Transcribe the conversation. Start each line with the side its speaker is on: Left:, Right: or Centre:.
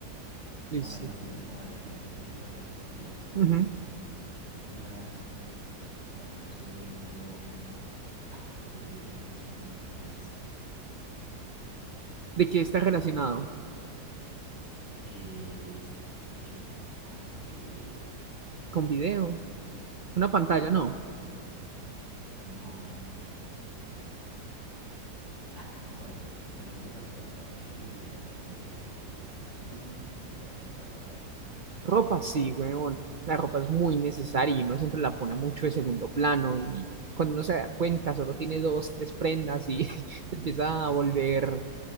Right: listo.
Left: Hablando así, pues, como de, tecno- de ese tipo de tecnología, pero
Right: Ujú.
Left: en esos días también estuve viendo, ah, que fue lo que vi que me gustó mucho, parce.
Right: ¿De qué está relacionado?
Left: Eh, está relacionado con video.
Right: ¿Con video? ¿Una pantalla? No.
Left: No, <laughs> ah, no me acuerdo. Pero sí, parce, la verdad, sí, yo sí pensaba en conseguirme cositas. En esos momentos también me gustaría comprar ropa.
Right: Ropa, sí, weón. La ropa es muy necesaria y uno siempre la pone mucho de segundo plano y cuando uno se da cuenta solo tiene dos, tres prendas y <laughs>
Left: <laughs>
Right: se empieza
Left: Sí, esas,
Right: a volver